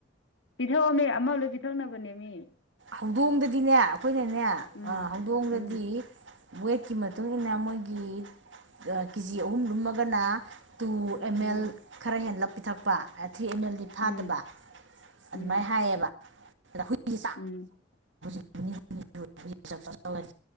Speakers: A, on the left (about 85°); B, on the right (about 80°).
A: ꯄꯤꯊꯛꯑꯣꯃꯤ ꯑꯃ ꯂꯣꯏ ꯄꯤꯊꯛꯅꯕꯅꯦꯃꯤ
B: ꯍꯧꯗꯣꯡꯗꯗꯤꯅꯦ ꯑꯩꯈꯣꯏꯅꯅꯦ
A: ꯎꯝ
B: ꯑꯥ ꯍꯧꯗꯣꯡꯗꯗꯤ
A: ꯎꯝ
B: ꯋꯦꯠꯀꯤ ꯃꯇꯨꯡꯏꯟꯅ ꯃꯣꯏꯒꯤ ꯑꯥ ꯀꯦꯖꯤ ꯑꯍꯨꯝ ꯂꯨꯝꯃꯒꯅ ꯇꯨꯕꯨ ꯑꯦꯝ
A: ꯎꯝ
B: ꯑꯦꯜ ꯈꯔ ꯍꯦꯟꯂꯞ ꯄꯤꯊꯛꯄ ꯊ꯭ꯔꯤ ꯑꯦꯝ ꯑꯦꯜꯗꯤ ꯐꯥꯗꯕ
A: ꯎꯝ
B: ꯑꯗꯨꯃꯥꯏꯅ
A: ꯎꯝ
B: ꯍꯥꯏꯌꯦꯕ ꯑꯗ ꯍꯨꯏꯁꯦ ꯆꯥꯛ
A: ꯎꯝ
B: <unintelligible>